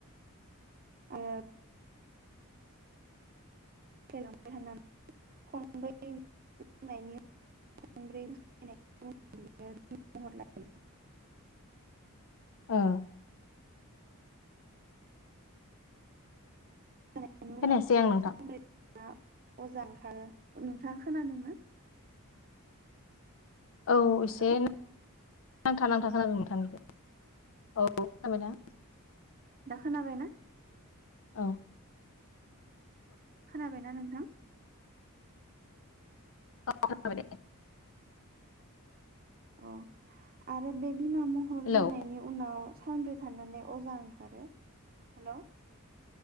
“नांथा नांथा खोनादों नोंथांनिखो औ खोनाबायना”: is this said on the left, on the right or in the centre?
Left